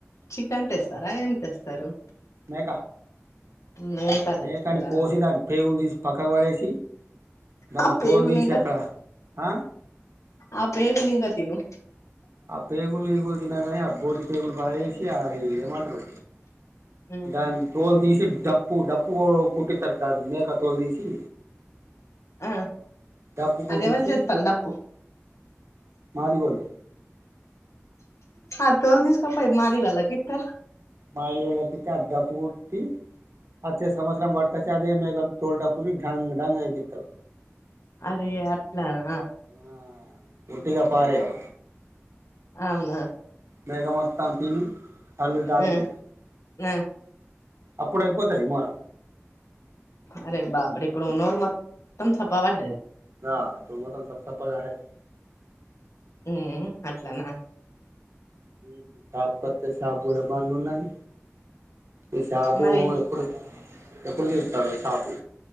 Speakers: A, on the left (about 80°); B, on the right (about 70°).
A: చికెన్ తెస్తారా ఏం తెస్తారు
B: మేకా
A: మేక
B: మేకాని
A: తెస్తారా
B: కోసీదాని పేగులు తీసి పక్కకు పడేసి దాని
A: ఆ
B: తోలు
A: పేగులు
B: తీసాక
A: ఇంకా
B: అ
A: ఆ పేగులింక తినునింగతను
B: ఆ పేగులు ఏగులు తిన్నాగాని ఆ బోటి పేగులు పారేసి ఆ ఏమంటారు
A: ఉమ్,
B: దాని తోలు తీసి డప్పు డప్పు కుట్టితారు దాని మేక తోలు తీసి
A: ఆ
B: డప్పు కొటిచ్చీ
A: అది ఎవలు చేత్తలు డప్పు
B: మాదిగోలు
A: ఆ తోల్ తీసుకపోయి మాదిగోళ్ళకిత్తరా
B: మాది గోళ్ళకిత్తె అ డప్పు కొట్టి అచ్చ సంవత్సరం పాటు అదే మేకతోల్ డప్పులు ఇంక డాంగ్ డాంగ్ అని ఏగిత్తరు
A: అరే అట్లానా
B: ఆ ఒట్టిగా పారేయం
A: అవునా
B: మేక మొత్తం తిని కళ్ళు తాగి
A: హ్మ్ హ్మ్
B: అప్పుడు అయిపోతాయి ఈ మోర
A: అరే బాప్పుడే ఇక్కడ ఉన్నంతవరకు మొత్తం సప్ప పడ్డది
B: ఆ ఇప్పు మొత్తం సప్ప సప్పగా హెయ్
A: ఉమ్ అట్లానా
B: మ్ షాపు కొత్త షాపు కూడా బంద్ ఉన్నాది ఈ షాపూ
A: మరి
B: ఎప్పుడు తీస్తాడు షాపు